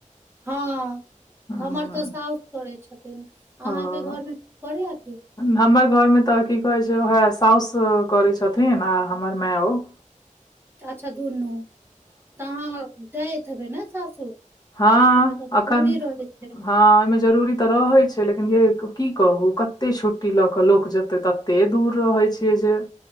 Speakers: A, on the right; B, on the left.
A: हँ
B: हम्म,
A: हमर तऽ साउस करै छथिन अहाँके
B: ओ
A: घरमे करैये केओ
B: हमर घरमे तऽ की कहै छै उएह साउस करै छथिन आ हमर मेओ <inaudible>
A: अच्छा दुनू तऽ अहाँ जाएत हेबै ने सासुर
B: हँ
A: ओहिमे तऽ जरूरी
B: अखन
A: रहै छै
B: हँ ओहिमे जरूरी तऽ रहैत छै लेकिन येै की कहू कते छुट्टी लऽ कऽ लोक जेतै तते दूर रहै छियै जे